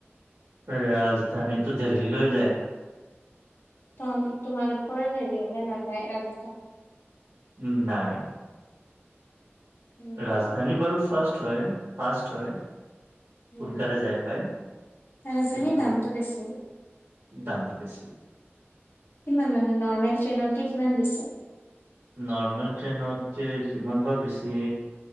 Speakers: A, on the right; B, on the left.
A: ৰাজধানীতো দেলহিলৈ যায়।
B: ত' তোমালোকৰ হেৰি হলে নাযায় ৰাজ
A: উ নাই।
B: উম।
A: ৰাজধানী বাৰু ফাৰ্ষ্ট হয়, ফাষ্ট হয়। সোনকালে
B: উম,
A: যাই পাই
B: ৰাজধানী
A: কিন্তু
B: দামটো বেছি।
A: দামটো বেছি।
B: কিমান মানে! নৰ্মেল ট্ৰেইনতকে কিমান বেছি?
A: নৰ্মেল ট্ৰেইনতকে কিমান বা বেছি?